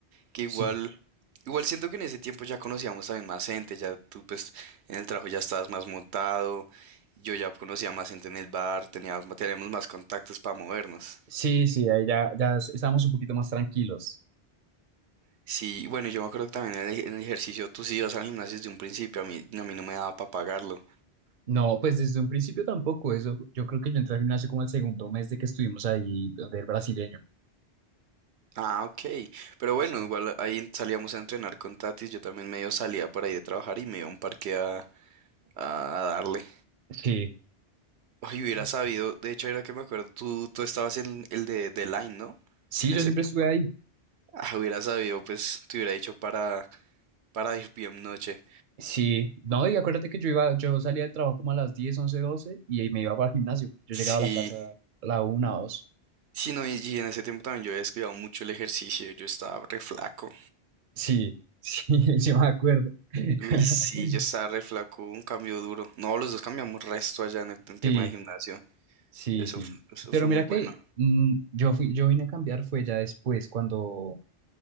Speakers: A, on the right (about 80°); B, on the right (about 50°).
A: Que igual,
B: Sí.
A: igual siento que en ese tiempo ya conocíamos también más gente, ya tú pues en el trabajo ya estabas más montado, yo ya conocía más gente en el bar, teníamos, teníamos más contactos para movernos.
B: Sí, sí, ahí ya, ya estábamos un poquito más tranquilos.
A: Sí, y bueno, yo me acuerdo que también en el, en el ejercicio tú sí ibas al gimnasio desde un principio, a mí, a mí no me daba para pagarlo.
B: No, pues desde un principio tampoco. Eso, yo creo que yo entré al gimnasio como el segundo mes de que estuvimos ahí, donde el brasileño.
A: Ah, ok. Pero bueno,
B: Sí.
A: igual ahí salíamos a entrenar con Tatis, yo también medio salía por ahí de trabajar y me iba a un parque a, a a darle.
B: Sí.
A: Ay, hubiera
B: Ah,
A: sabido, de hecho, ahora que me acuerdo, tú, tú estabas en el de, de Line, ¿no?
B: Sí,
A: En
B: yo
A: ese
B: siempre
A: tiempo.
B: estuve ahí.
A: Ah, hubiera sabido, pues te hubiera dicho para, para ir bien noche.
B: Sí. No, y acuérdate que yo iba, yo salía del trabajo como a las 10, 11, 12 y ahí me iba para el gimnasio. Yo
A: Sí,
B: llegaba a la casa a la una, dos.
A: sí, no, y y en ese tiempo también yo había descuidado mucho el ejercicio, yo estaba re flaco.
B: Sí, sí, <laughs> yo me acuerdo. <laughs>
A: Uy, sí, yo estaba re flaco, un cambio duro. No, los dos cambiamos resto allá en el en tema
B: Sí.
A: de gimnasio.
B: Sí,
A: Eso,
B: sí.
A: f- eso
B: Pero
A: fue
B: mira
A: muy bueno.
B: que mm, yo fui, yo vine a cambiar fue ya después, cuando,